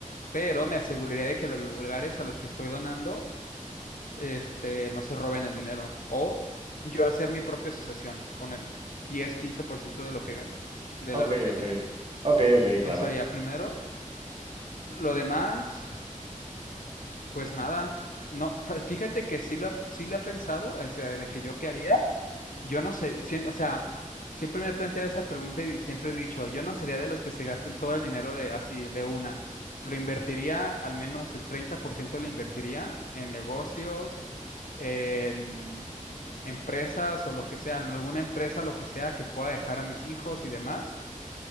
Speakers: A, on the left; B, on the right.
A: Pero me aseguraría de que los lugares a los que estoy donando, este, no se roben el dinero. O yo hacer mi propia asociación con el diez quince por ciento de lo que gane de
B: Ok,
A: la lotería.
B: ok. Ok, ok, claro.
A: Eso haría primero. Lo demás, pues nada. No, fa- fíjate que sí lo, ha sí lo he pensado, o sea, de que yo qué haría. Yo no sé, si- o sea, siempre me he planteado esa pregunta y siempre he dicho, yo no sería de los que se gasten todo el dinero de así, de una. Lo invertiría, al menos el 30% lo invertiría en negocios, en empresas o lo que sea, en alguna empresa, lo que sea que pueda dejar a mis hijos y demás.